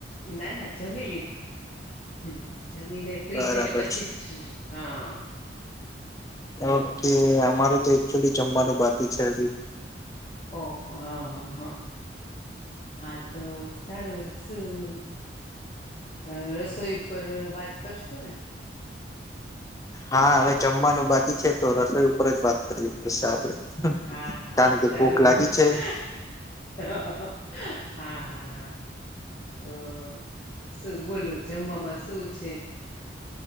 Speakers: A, on the left; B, on the left.
A: ના ના જમી લીધું હુ જમીને ફ્રી
B: બરાબર
A: થઈને પછી
B: છે
A: જ હા તો
B: ઓકે અમારેતો એકચુલી જમવાનું બાકી છે, હજી
A: ઓ હ હ હ હા તો સારું શું અ રસોઈ ઉપર વાત કરશું ને?
B: હા હવે જમવાનું બાકી છે, તો રસોઈ ઉપર જ વાત કરી <unintelligible> આપડે
A: હા હા
B: કારણ કે
A: ચાલો
B: ભૂખ
A: <unintelligible>
B: લાગી છે
A: હા હા હા તો અ શું બોલો જમવામાં શું છે?